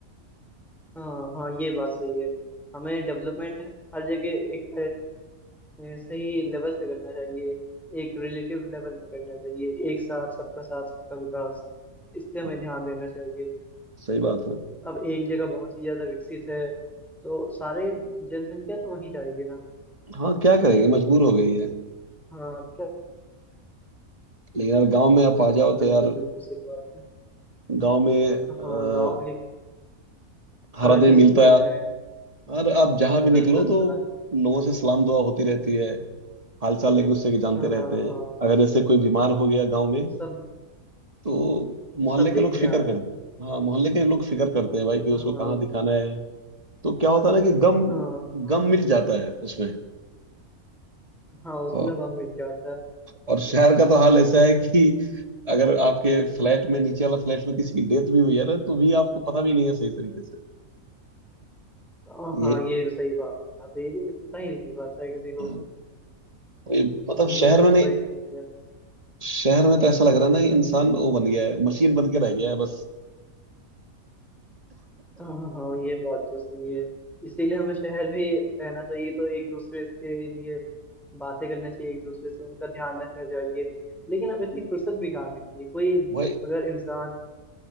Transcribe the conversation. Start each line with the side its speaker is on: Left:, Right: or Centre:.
Centre: हाँ हाँ ये बात सही है हमें डेवलपमेंट हर जगह एक अ, अ, सही लेवल से करना चाहिए एक रिलेटिव लेवल में करना चाहिए एक साथ सबका साथ सबका विकास इस पे हमें
Right: हाँ,
Centre: ध्यान देना चाहिए
Right: सही बात है
Centre: अब एक जगह बहुत ही ज्यादा विकसित है तो सारे जनसंख्या तो वहीं जाएगी ना
Right: हाँ क्या करेंगे मजबूर हो गई है
Centre: हाँ क्या
Right: लेकिन यार गांव में आप आ जाओ तो
Centre: बिल्कुल
Right: यार
Centre: बिल्कुल सही बात है
Right: गांव में अ,
Centre: हाँ गांव में एक
Right: हर
Centre: अलग
Right: आदमी
Centre: ही सुकून
Right: मिलता है
Centre: है
Right: और आप जहां भी निकलो
Centre: बिल्कुल
Right: तो
Centre: हरा
Right: लोगों से सलाम दुआ होती रहती है हाल चाल एक दूसरे के जानते
Centre: हाँ
Right: रहते हैं
Centre: हाँ
Right: अगर जैसे कोई बीमार हो गया गांव में
Centre: सब
Right: तो मोहल्ले
Centre: सब
Right: के
Centre: देखने
Right: लोग फिक्र
Centre: आते
Right: करते हैं, हाँ मोहल्ले के लोग फिक्र करते हैं भाई कि उसको
Centre: हाँ
Right: कहाँ दिखाना है तो क्या होता है ना कि गम
Centre: हाँ हाँ
Right: गम मिट जाता है उसमें
Centre: हाँ उसमें
Right: और,
Centre: सब मिट जाता है
Right: और शहर
Centre: हाँ
Right: का तो हाल ऐसा है कि अगर आपके फ्लैट
Centre: हम्म,
Right: में नीचे वाला फ्लैट में किसी की डेथ भी हुई है ना तो भी आपको पता भी नहीं है सही तरीके से
Centre: हाँ
Right: ये
Centre: हाँ, ये सही बात है ये पता ही नहीं चल पाता है किसी को
Right: अ, ये- मतलब
Centre: हम्म,
Right: शहर
Centre: ये सबसे
Right: में नहीं
Centre: बड़ी समस्या है
Right: शहर
Centre: हम्म।
Right: में तो ऐसा लग रहा है ना ये इंसान वो बन गया है मशीन बन के रह गया है बस
Centre: हाँ हाँ हाँ, ये बात तो सही है इसीलिए हमें शहर भी रहना चाहिए तो एक दूसरे के लिए बातें करना चाहिए एक दूसरे से उनका ध्यान रखना चाहिए लेकिन अब इतनी फुर्सत भी कहाँ मिलती है कोई
Right: भाई
Centre: अगर इंसान